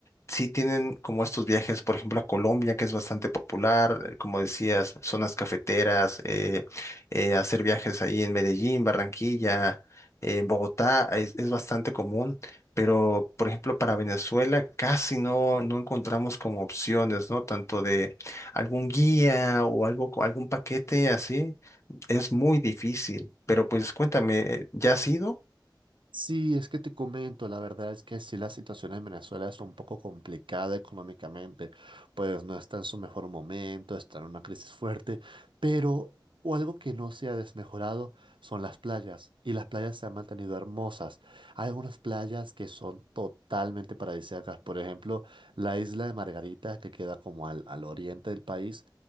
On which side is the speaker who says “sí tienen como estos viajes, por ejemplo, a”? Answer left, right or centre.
Left